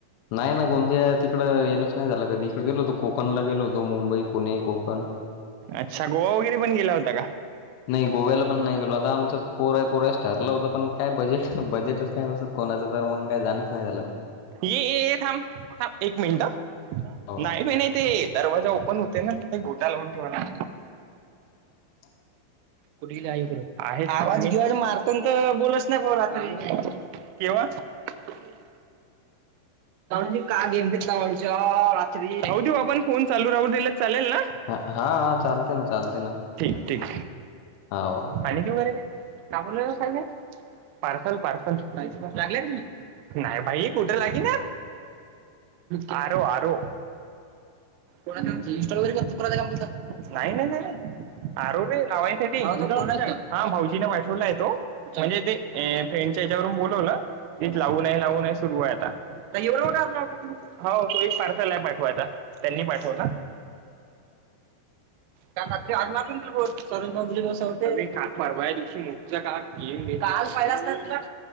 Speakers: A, on the left; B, on the right.
A: नाही ना गोंदिया तिकडं येणच नाही झालं कधी इकडे गेलो होतो कोकणला गेलो होतो मुंबई पुणे कोकण
B: अच्छा गोवा वगैरे पण गेला होता का
A: नाही गोव्याला पण नाही गेलो आता आमचं पोरय पोरास ठरलं होतं पण काय बजेट बजेटच नाही कसं कोणाचं तर मग काही जाणच नाही झालं
B: ये ये थांब थांब एक मिनट
A: हो
B: नाही प नाही ते दरवाजा ओपन होते ना ते घोटा लावून ठेवाला
A: <unintelligible>
B: कुठेई आहे आवाजवाज मारतो तर बोलच नाही भाऊ रात्री केव्हा ह जी का गेम घेतला म्हणज रात्रीऊ दे बा आपण फोन चालू राहू दिले चालेल ना
A: हा हा चालते ना चालते ना
B: ठीक ठीक
A: हो
B: पाणीची वगैरे काब स पार्सल पार्सल लाग तुम्ही नाही भाई कुठे लागे ना ह ह को इनस्टॉल वैे करत काम नाही नाही नाही अरु रे नवाईन सटी हा भाऊजीने पाठवला आहे तो म्हणजे ते फ्रेंडच्या हच्यावरून बोलवला तच लावू नाहीय लावू नाहीय सुरू आहे आता हो सोईश पार्सल आहे पाठवायता त्यांनी पाठवला
A: ह
B: का रात्री आरणारर चौधरी का परवा या दिवशी मोठचा का गेम काल पाहि त